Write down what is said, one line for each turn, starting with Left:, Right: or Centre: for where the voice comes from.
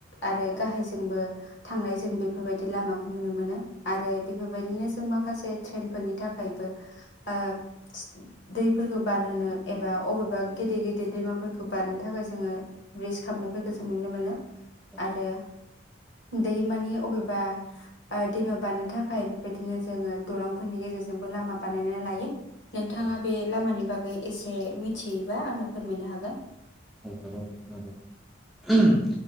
Left: आरो
Centre: औ
Left: गाहायजोंबो थांनाय जों बेफोरबायदि लामाखौ नुनो मोनो आरो बेफोरबायदिनो जों माखासे ट्रेन फोरनि नि थाखायबो ओ दैफोरखौ बारहोनो एबा अबेबा गेदेर गेदेर दैमाफोरखौ बारनो थाखाय जोङो ब्रिज खामनायफोरखौ जों नुनो मोनो।
Centre: औ
Left: आरो दैमानि अबेबा ओ दैमा बारनो थाखाय बेबायदिनो जोङो दलांफोरनि गेजेरजों जोंबो लामा बानायनानै लायो। नोंथाङा
Centre: औ
Left: बे लामानि बागै एसे मिथियोबा आंङो फोरमायनो हागोन?
Centre: औ <inaudible>